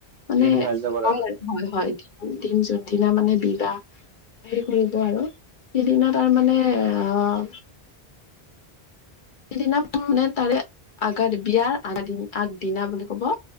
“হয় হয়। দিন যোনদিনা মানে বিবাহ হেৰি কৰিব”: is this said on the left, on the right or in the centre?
Left